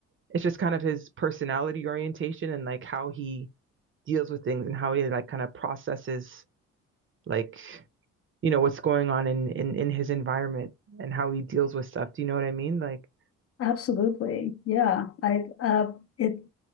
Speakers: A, on the right (about 40°); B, on the left (about 50°).
A: It's just kind of his personality orientation and like how he deals with things and how he like kind of processes like, you know, what's going on in in in his environment and how he deals with stuff. Do you know what I mean? Like,
B: absolutely. Yeah. I uh it